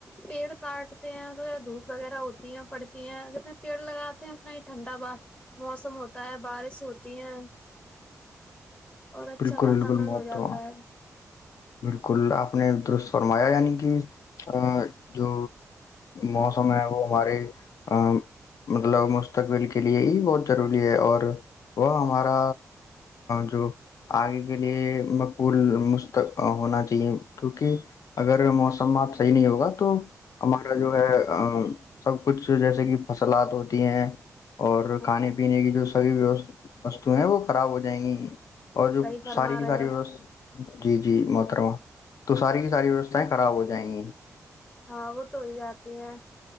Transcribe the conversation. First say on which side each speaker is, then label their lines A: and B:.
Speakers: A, on the left; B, on the left.
A: پیڑ کاٹتے ہیں تو دھوپ وغیرہ ہوتی ہے پڑتی ہیں جتنے پیڑ لگاتے ہیں اتنا ہی ٹھنڈا بات موسم ہوتا ہے بارش ہوتی ہیں اور اچھا
B: بالکل
A: واتورن
B: بالکل محترمہ
A: ہو جاتا ہے
B: بالکل آپ نے درست فرمایا یعنی کہ ا جو موسم ہے وہ ہمارے ا مطلب مستقبل کے لیے یہ بہت ضروری ہے اور وہ ہمارا جو آگے کے لیے مقبول ہونا چاہیے کیکہ اگر موسم بات صحیح نہیں ہوگا تو ہمارا جو ہے سب کچھ جیسے کہ فصلات ہوتی ہیں اور
A: ہاں
B: کھانے
A: ہاں
B: پینے کی جو ساری وو وستو ہیں وہ خراب ہو جائیں گی اور
A: صحیح
B: جو
A: فرما
B: ساری کی
A: رہے
B: ساری
A: ہو
B: و جی جی محترما تو ساری کی ساری ویوستھائیں خراب ہو جائیں گی
A: ہاں وہ تو ہی جاتی ہیں